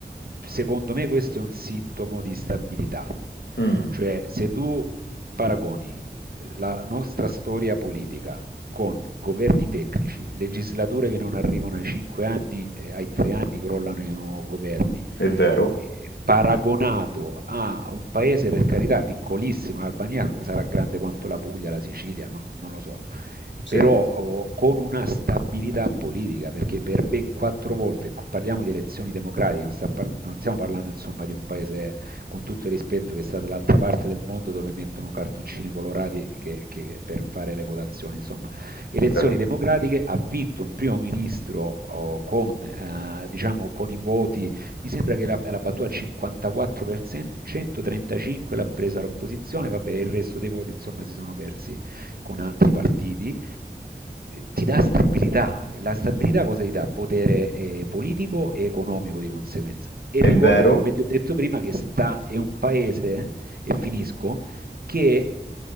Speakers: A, on the right; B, on the left.
A: secondo me questo è un sintomo di stabilità.
B: Mm.
A: Cioè, se tu paragoni eh, la nostra storia politica con governi tecnici, legislature che non arrivano ai cinque anni, eh, ai tre anni crollano i oh, governi,
B: È vero,
A: eh, paragonato a un paese per carità piccolissimo, l'Albania sarà grande quanto la Puglia, la Sicilia, non, non lo so,
B: sì,
A: però oh, con una stabilità politica, perché per ben quattro volte ecco, parliamo di elezioni democratiche, non, sta par- non stiamo parlando insomma di un paese con tutto il rispetto che sta dall'altra parte del mondo dove mettono cartoncini colorati che, che per fare le votazioni, insomma elezioni
B: vero.
A: democratiche, ha vinto un primo ministro oh, con, eh, diciamo, con i voti, mi sembra che l'ha battuta al 54%, 135 l'ha presa l'opposizione, vabbè il resto dei voti insomma si sono persi con altri partiti ti dà stabilità. La stabilità cosa ti dà? Potere eh, politico e economico di conseguenza. E
B: È
A: ricordati,
B: vero,
A: come ti ho detto prima, che sta, è un paese, eh, e finisco, che